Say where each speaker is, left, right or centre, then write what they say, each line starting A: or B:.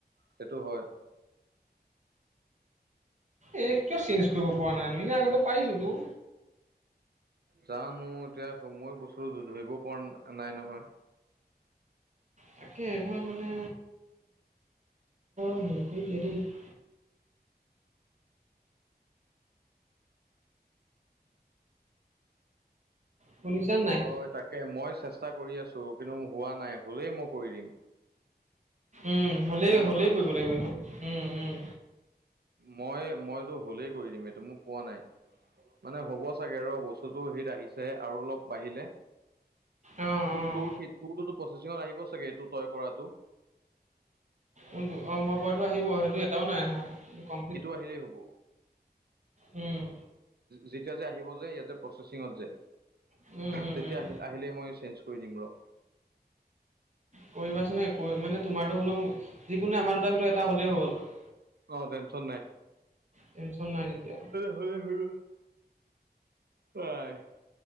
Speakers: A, on the right; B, on the right.
A: সেইটো হয়
B: এ কিয় চেঞ্জ কৰিব পৰা নাই নিজে আগতে পৰিছিলোঁ
A: জানো এতিয়া মই বস্তুটো ধৰিব পৰা নাই নহয়।
B: তাকে মই মানে <unintelligible> শুনিছা
A: তই
B: নাই
A: তাকেই মই চেষ্টা কৰি আছো কিন্তু মই হোৱা নাই হ'লেই মই কৰি দিম।
B: উম হ'লেই
A: বুজিছ।
B: হ'লেই কৰিব লাগিব এইটো উম উম
A: মই মই এইটো হ'লেই কৰি দিম এইটো পোৱা নাই। মানে হ'ব চাগে ৰ বস্তুটো হেৰিত আহিছেহে আৰু অলপ বাঢ়িলে।
B: অঁ
A: তোৰ
B: অঁ
A: তোৰ সেই তোৰটোতো প্ৰচেচিঙত আহিব চাগে এইটো তই কৰাটো।
B: অ মই কৰাটো আহিব সেইটো এটাও নাই আহা কমপ্লিট
A: দেৰি হ'ব
B: উম
A: যেতিয়া যে আহিব যে ইয়াত যে প্ৰচেচিঙত যে
B: উম, উম,
A: তেতিয়া
B: উম,
A: আহিলে আহিলে মই চেঞ্জ কৰি দিম ৰ।
B: কৰিবাচোন এ মানে তোমাৰতো হলেও যিকোনো আমাৰ দুটাৰ ভিতৰত এটাৰ হলেই হ'ল আও
A: অ টেনচন নাই
B: টেনশচন নাই তেতিয়া
A: হ'লেই কৰিব <inaudible> হয় <inaudible>